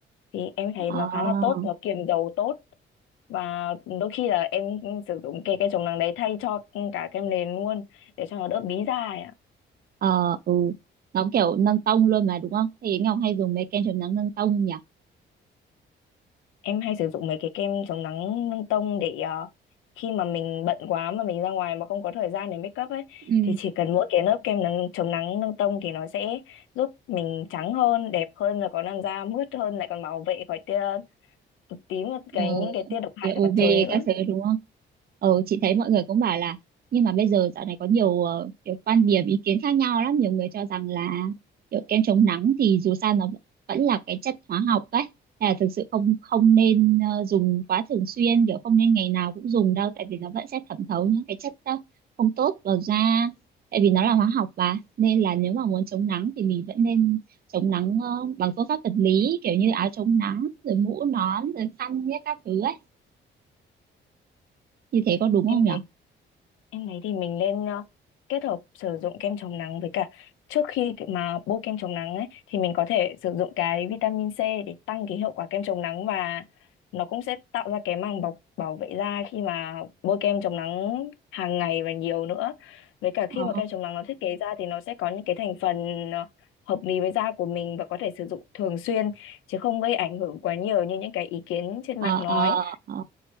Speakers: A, on the left; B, on the right.
A: thì em thấy
B: ờ
A: nó khá là tốt nó kiềm dầu tốt và đôi khi là em sử dụng cái kem chống nắng đấy thay cho cả kem nền luôn để cho nó đỡ bí da
B: ờ ừ nó kiểu nâng tông luôn mà đúng không thì Ngọc hay dùng mấy kem chống nắng nâng tông nhỉ
A: em hay sử dụng mấy cái kem chống nắng nâng tông để ờ, khi mà mình bận quá mà mình ra ngoài mà không có thời gian để make up ấy
B: ừ
A: thì chỉ cần mỗi cái lớp kem nắng chống nắng nâng tông thì nó sẽ giúp mình trắng hơn đẹp hơn và có làn da mướt hơn lại còn bảo vệ khỏi tia cực tím và cái
B: ờ
A: những cái tia độc hại
B: POV
A: từ mặt trời nữa
B: các thứ đúng không? Ừ, chị thấy mọi người cũng bảo là nhưng mà bây giờ dạo này có nhiều ờ, kiểu quan điểm ý kiến khác nhau lắm nhiều người cho rằng là kiểu kem chống nắng thì dù sao nó vẫn vẫn là cái chất hóa học đấy là thực sự không không nên ờ, dùng quá thường xuyên kiểu không nên ngày nào cũng dùng đâu tại vì nó vẫn sẽ thẩm thấu những cái chất ờ, không tốt vào da tại vì nó là hóa học mà nên là nếu mà muốn chống nắng thì mình vẫn nên chống nắng ờ, bằng phương pháp vật lý kiểu như áo chống nắng rồi mũ nón rồi khăn nhé các thứ ấy như thế có đúng không
A: em
B: nhở
A: thấy Em thấy thì mình nên ờ, kết hợp sử dụng kem chống nắng với cả trước khi cái- mà bôi kem chống nắng ấy thì mình có thể sử dụng cái vitamin C để tăng cái hiệu quả kem chống nắng và nó cũng sẽ tạo ra cái màng bọc bảo vệ da khi mà bôi kem chống nắng hàng ngày và nhiều nữa. Với cả khi
B: ờ
A: mà kem chống nắng nó thiết kế ra thì nó sẽ có những cái thành phần ờ, hợp lý với da của mình và có thể sử dụng thường xuyên chứ không gây ảnh hưởng quá nhiều như những cái ý kiến trên
B: ờ
A: mạng nói.
B: ờ ờ